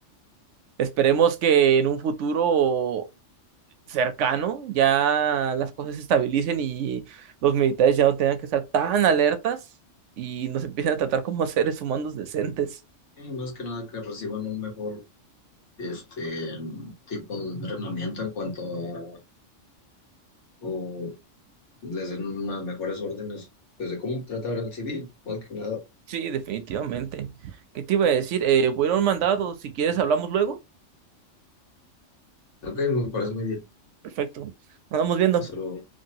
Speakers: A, on the right; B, on the left.
A: <laughs> esperemos que en un futuro cercano ya las cosas se estabilicen y los militares ya no tengan que estar tan alertas y nos empiecen a tratar como <laughs> seres humanos decentes.
B: Y más que nada que reciban un mejor este tipo de entrenamiento en cuanto a o les den unas mejores órdenes pues de cómo tratar al civil, más que nada.
A: Sí, definitivamente. ¿Qué te iba a decir? Eh, voy a ir a un mandado. Si quieres, hablamos luego.
B: Ok, me parece muy bien.
A: Perfecto. Nos vamos viendo.
B: Solo